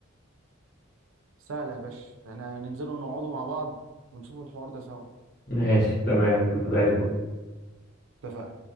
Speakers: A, on the right (about 70°); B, on the left (about 50°).
A: سهلة يا باشا احنا ننزلوا نقعدوا مع بعض ونشوفوا الحوار ده سوا
B: ماشي تمام زي الفل
A: اتفقنا